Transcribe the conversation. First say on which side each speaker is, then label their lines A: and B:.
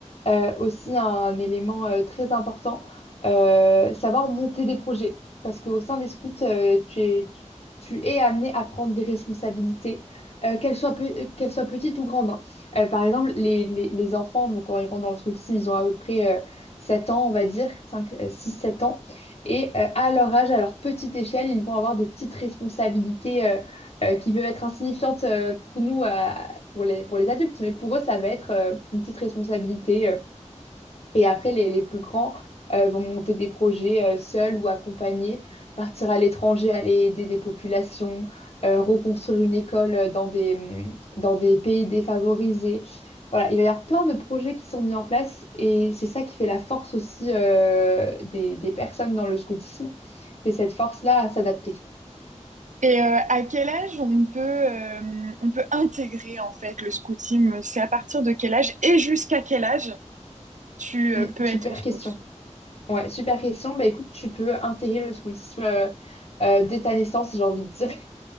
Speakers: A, on the left; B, on the right.
A: euh, aussi un élément euh, très important, euh, savoir monter des projets. Parce qu'au sein des scouts, euh, tu es, tu tu es amené à prendre des responsabilités, euh, qu'elles soient, pe- euh, qu'elles soient petites ou grandes. hein. Euh, par exemple, les, les, les enfants, donc, quand ils rentrent dans le scoutisme, ils ont à peu près euh, 7 ans, on va dire, 5, euh, 6, 7 ans. Et euh, à leur âge, à leur petite échelle, ils vont avoir des petites responsabilités euh, euh, qui peuvent être insignifiantes euh, pour nous pour les, pour les adultes, mais pour eux, ça va être euh, une petite responsabilité. euh. et après, les, les plus grands euh, vont monter des projets euh, seuls ou accompagnés, partir à l'étranger, aller aider des populations, euh, reconstruire une école euh, dans des, hum, dans des pays défavorisés. Voilà, il va y avoir plein de projets qui sont mis en place et c'est ça qui fait la force aussi euh, des, des personnes dans le scoutisme, c'est cette force-là à s'adapter.
B: Et euh, à quel âge on peut euh, on peut intégrer en fait le scoutisme? C'est à partir de quel âge et jusqu'à quel âge tu
A: Hum,
B: euh, peux
A: super
B: être scout?
A: question. Ouais, super question. Bah écoute, tu peux intégrer le scoutisme euh, euh, dès ta naissance, j'ai envie de dire.